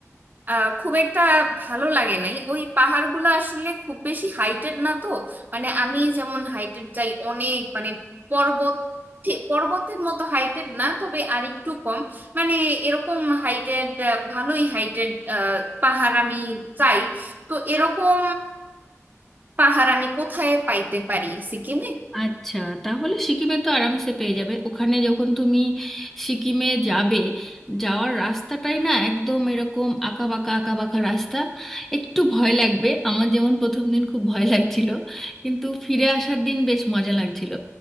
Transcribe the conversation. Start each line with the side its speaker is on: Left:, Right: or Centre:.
Right: আহ, খুব একটা ভালো লাগে নাই ওই পাহাড়গুলো আসলে খুব বেশি হাইটেড না তো মানে আমি যেমন হাইটেড চাই অনেক মানে পর্বত ঠিক পর্বতের মতো হাইটেড না তবে আরেকটু কম মানে এরকম হাইটেড ভালোই হাইটেড পাহাড় আমি চাই তো এরকম পাহাড় আমি কোথায় পাইতে পারি সিকিমে
Centre: আচ্ছা তাহলে সিকিমে তো আরামসে পেয়ে যাবে ওখানে যখন তুমি সিকিমে যাবে যাওয়ার রাস্তাটাই না একদম এরকম আঁকা বাঁকা আঁকা বাঁকা রাস্তা একটু ভয় লাগবে আমার যেমন প্রথম দিন খুব ভয় লাগছিল কিন্তু ফিরে আসার দিন বেশ মজা লাগছিল